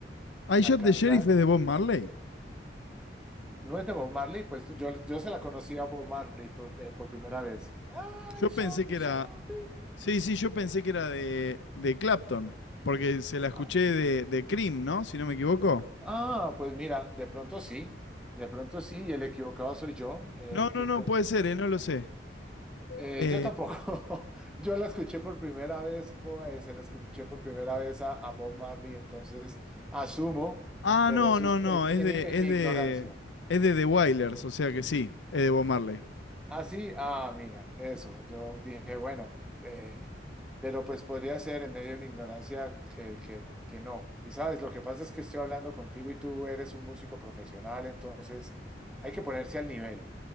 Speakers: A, on the left; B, in the centre.
A: I Shot
B: La canta
A: the Sheriff es de Bob Marley.
B: No es de Bob Marley, pues yo, yo se la conocí a Bob Marley por, eh, por primera vez. I
A: Yo
B: shot
A: pensé que
B: the sheriff.
A: era Sí, sí, yo pensé que era de, de Clapton, porque se la escuché
B: Ah,
A: de, de Cream, ¿no? Si no me equivoco.
B: ah, pues mira, de pronto sí, de pronto sí, y el equivocado soy yo. eh,
A: No, no,
B: ti-
A: no,
B: pues,
A: puede ser, eh, no lo sé.
B: eh,
A: Eh,
B: yo tampoco. <laughs> Yo la escuché por primera vez, pues se la escuché por primera vez a, a Bob Marley, entonces asumo,
A: ah,
B: pero
A: no,
B: eso
A: no,
B: es,
A: no,
B: es
A: es
B: en,
A: de,
B: en
A: es
B: mi ignorancia.
A: de, es de The Wailers, o sea que sí, es de Bob Marley.
B: Ah, sí, ah, mira, eso. Yo dije, bueno, eh, pero pues podría ser en medio de mi ignorancia que, que, que no. Y sabes, lo que pasa es que estoy hablando contigo y tú eres un músico profesional, entonces hay que ponerse al nivel.